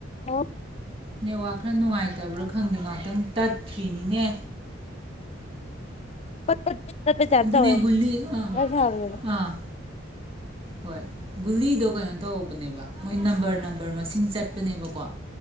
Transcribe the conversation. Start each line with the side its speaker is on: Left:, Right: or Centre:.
Left: ꯑꯣ
Right: ꯅ‌ꯦꯠꯋꯥꯔꯛ ꯈꯔ ꯅꯨꯡꯉꯥꯏꯇꯕ꯭ꯔꯥ ꯈꯪꯗꯦ ꯉꯍꯥꯛꯇꯪ ꯇꯠꯈ꯭ꯔꯤꯅꯤꯅꯦ
Left: ꯄꯠ ꯄꯠ ꯄꯠ ꯄꯠ ꯇꯥꯏꯞ
Right: ꯑꯗꯨꯅꯦ
Left: ꯇꯧꯋꯦ
Right: ꯒꯨꯂꯤ
Left: <unintelligible>
Right: ꯑꯥ ꯑꯥ ꯍꯣꯏ ꯒꯨꯂꯤꯗꯣ ꯀꯩꯅꯣ ꯇꯧꯕꯅꯦꯕ ꯃꯣꯏ ꯅꯝꯕꯔ ꯅꯝꯕꯔ ꯃꯁꯤꯡ ꯆꯠꯄꯅꯦꯕꯀꯣ